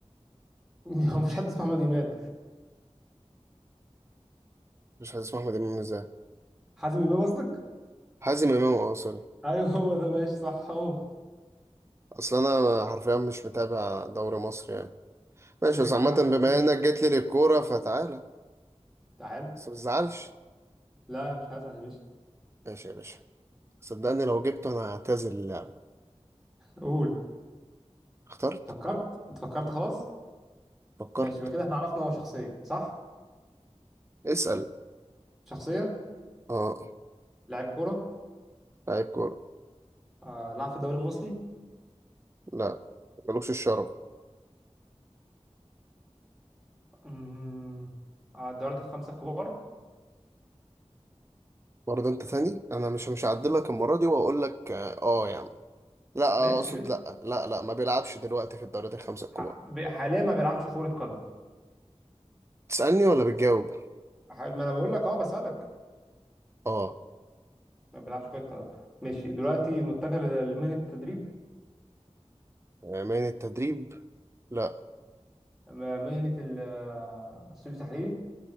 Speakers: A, in the centre; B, on the right (about 25°).
A: <laughs> هو مفيش حد اسمه محمد امام
B: مش عايز اسمه احمد امام ازاي
A: حازم امام قصدك
B: حازم امام اه سوري
A: ايوه هو ده ماشي صح هو
B: اصل انا حرفيا مش متابع دوري مصر يعني ماشي
A: ماشي انا
B: بس
A: جبت
B: عامة
A: لك احمد
B: بما
A: مسؤول
B: انك جيت لي للكورة فتعالى
A: تعال
B: بس ما تزعلش
A: لا مش هزعل يا باشا
B: ماشي يا باشا صدقني لو جبته انا هعتزل اللعبة
A: قول
B: اخترت
A: فكرت انت فكرت خلاص
B: فكرت
A: ماشي يبقى كده احنا عرفنا هو شخصيه صح
B: اسأل
A: شخصيه
B: اه
A: لاعب كوره
B: لعيب كورة
A: آه لعب في الدوري المصري
B: لا ملوكش الشرف
A: أمم، آه الدوريات الخمسه الكبار
B: برضه انت تاني انا مش مش هعدلك المرة دي واقول لك اه آه يا عم لا
A: ماشي
B: آه، اقصد
A: يا باشا
B: لا لا لا ما بيلعبش دلوقتي في الدوريات الخمسة الكبار
A: ح- ب- حاليا ما بيلعبش كره قدم
B: تسألني ولا بتجاوب
A: ح- ما انا بقول لك اه بسالك
B: اه
A: ما بيلعبش كره قدم ماشي دلوقتي متجه لمهنه التدريب
B: آه، من التدريب لا
A: م- مهنه ال- آه، السوق التحليلي